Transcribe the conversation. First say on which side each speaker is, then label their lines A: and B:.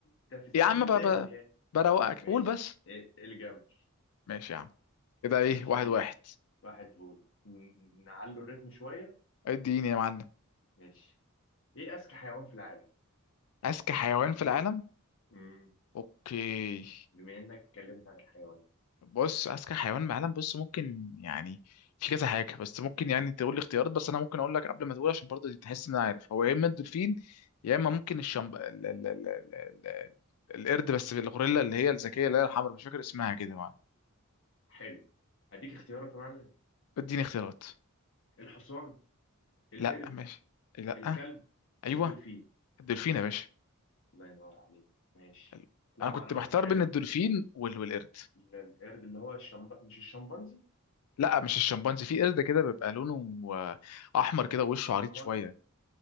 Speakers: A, on the left; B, on the left.
A: ده في السهل
B: يا عم بقى
A: سهل
B: بقى
A: يعني
B: بروقك
A: ماشي
B: قول بس
A: إيه- الجمل
B: ماشي يا عم كده
A: ماشي
B: ايه واحد
A: كده
B: واحد
A: واحد قول ن- نعلو الريتم شوية
B: اديني يا معلم
A: ماشي ايه اذكى حيوان في العالم
B: اذكى حيوان في العالم
A: مم.
B: اوكي
A: بما انك اتكلمت عن الحيوانات
B: بص اذكى حيوان معلم بص ممكن يعني في كذا حاجه بس ممكن يعني تقول لي اختيارات بس انا ممكن اقول لك قبل ما تقول عشان برضه تحس ان انا عارف هو يا اما الدولفين يا اما ممكن الشمب ال... ال... ال... ال... ال... القرد بس الغوريلا اللي هي الذكيه اللي هي الحمراء مش فاكر اسمها كده ما
A: حلو هديك اختيارات يا معلم
B: اديني اختيارات
A: الحصان القرد
B: لا ماشي لا
A: الكلب
B: ايوه
A: الدولفين
B: الدولفين يا باشا
A: الله ينور عليك ماشي
B: ال-
A: لا
B: انا كنت
A: معلوماتك
B: محتار
A: حلوة
B: بين الدولفين وال... والقرد
A: ال- القرد اللي هو الشمب... مش الشمبانزي
B: لا مش الشمبانزي في قرد كده بيبقى لونه آه، احمر كده ووشه
A: احمر
B: عريض شويه